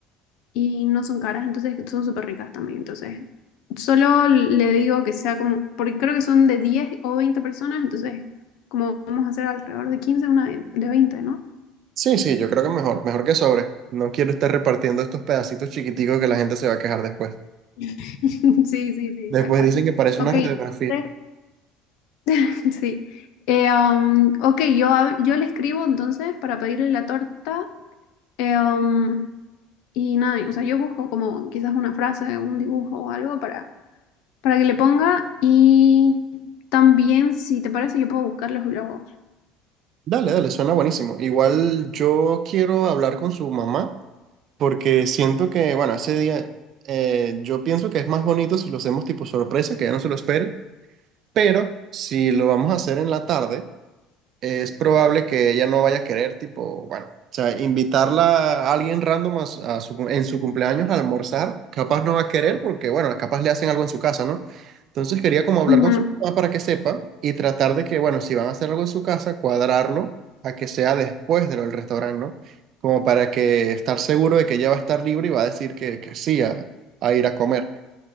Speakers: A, on the left; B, on the right.
A: y no son caras, entonces son súper ricas también. Entonces, solo le digo que sea como, porque creo que son de 10 o 20 personas, entonces, como vamos a hacer alrededor de 15 una de, de 20, ¿no?
B: Sí, sí, yo creo que mejor, mejor que sobre. No quiero estar repartiendo estos pedacitos chiquiticos que la gente se va a quejar después.
A: <laughs> Sí, sí, sí,
B: Después
A: tal cual.
B: dicen que parece
A: Ok,
B: una radiografía.
A: entonces, <laughs> sí. Eh, um, ok, yo, hab- yo le escribo entonces para pedirle la torta. eh, um, y nada, o sea, yo busco como quizás una frase, un dibujo o algo para, para que le ponga y también, si te parece, yo puedo buscar los globos.
B: Dale, dale, suena buenísimo. Igual yo quiero hablar con su mamá porque siento que, bueno, ese día eh, yo pienso que es más bonito si lo hacemos tipo sorpresa, que ella no se lo espere, pero si lo vamos a hacer en la tarde. es probable que ella no vaya a querer, tipo, bueno, o sea, invitarla a alguien random a su- a su cum- en su cumpleaños a almorzar, capaz no va a querer porque, bueno, capaz le hacen algo en su casa, ¿no? Entonces quería como hablar
A: Ujú.
B: con su mamá para que sepa y tratar de que, bueno, si van a hacer algo en su casa, cuadrarlo a que sea después de lo del restaurante, ¿no? Como para que estar seguro de que ella va a estar libre y va a decir que, que sí a, a ir a comer.